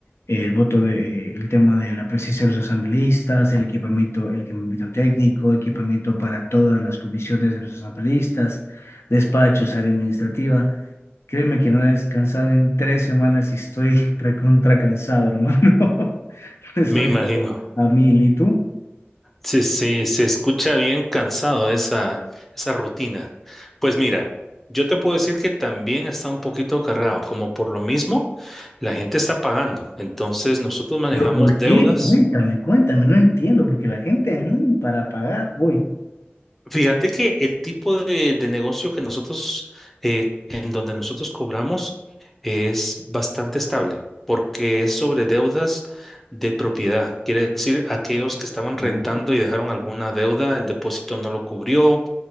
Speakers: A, on the left (about 85°); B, in the centre.
A: el voto de, el tema de la presencia de los asambleístas, el equipamiento, el equipamiento técnico, equipamiento para todas las comisiones de los asambleístas, despachos, área administrativa. Créeme que no he descansado en tres semanas y estoy <laughs> recontra cansado, hermano. <laughs> Estoy
B: Me imagino.
A: pero a mil, ¿y tú?
B: Sí, sí, se escucha bien cansado esa, esa rutina. Pues mira, yo te puedo decir que también está un poquito cargado, como por lo mismo, la gente está pagando. Entonces nosotros manejamos
A: Pero ¿por
B: deudas.
A: qué? Cuéntame, cuéntame, no entiendo, porque la gente, mm, para pagar, uy.
B: Fíjate que el tipo de, de negocio que nosotros, eh, en donde nosotros cobramos, es bastante estable, porque es sobre deudas de propiedad. Quiere decir, aquellos que estaban rentando
A: Oh,
B: y dejaron alguna deuda, el depósito no lo cubrió